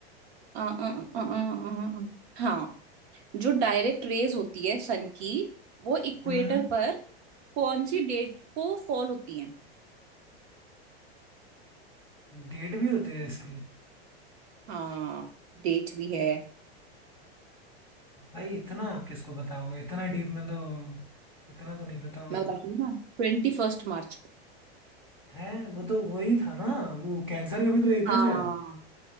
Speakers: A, on the right; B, in the centre.
A: आ, आ, आ, आ, आ, आ, हाँ जो डायरेक्ट रेज होती है सन की वो इक्वेटर
B: हम्म
A: पर कौन सी डेट को फॉल होती है
B: डेट भी होती है इसकी
A: हाँ डेट भी है
B: भाई इतना आप किसको बताओगे इतना डीप में तो इतना तो नहीं पता होगा
A: मैं बताती हूँ ना ट्वेंटी फर्स्ट मार्च
B: है वो तो वही था ना वो कैंसर का भी तो यही
A: हाँ
B: था शायद